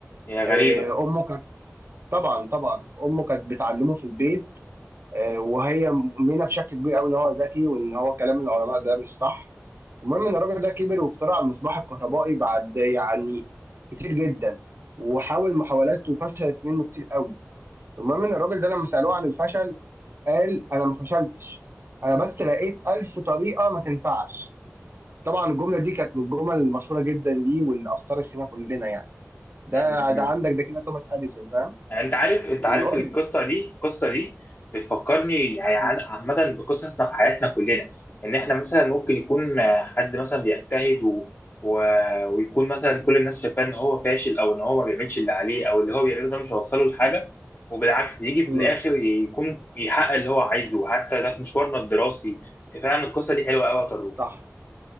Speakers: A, on the left; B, on the right.
A: هي غريبة
B: آه، امه طبعا طبعا امه كانت بتعلمه في البيت آه، وهي مؤمنه بشكل كبير قوي ان هو ذكي وان هو كلام العلماء ده مش صح المهم ان الراجل ده كبر واخترع المصباح الكهربائي بعد يعني كتير جدا وحاول محاولات وفشلت منه كتير قوي المهم ان الراجل ده لما سالوه عن الفشل قال انا ما فشلتش انا بس لقيت ألف طريقه ما تنفعش طبعا الجمله دي كانت من الجمل المشهوره جدا ليه واللي اثرت فينا كلنا يعني ده
A: مم. مم.
B: ده عندك ده كده توماس اديسون فاهم
A: يعني انت عارف انت
B: يعني
A: عارف
B: قول
A: القصة دي القصة دي بتفكرني يعني عن-
B: لي
A: عامة بقصصنا في حياتنا كلنا ان احنا مثلا ممكن يكون آه، حد مثلا بيجتهد و... و... ويكون مثلا كل الناس شايفاه ان هو فاشل او ان هو ما بيعملش اللي عليه او اللي هو بيعمله ده مش هيوصله لحاجة وبالعكس يجي في
B: امم
A: الاخر يكون يحقق اللي هو عايزه حتى ده في مشوارنا الدراسي فعلا القصة دي حلوة قوي يا طارق
B: صح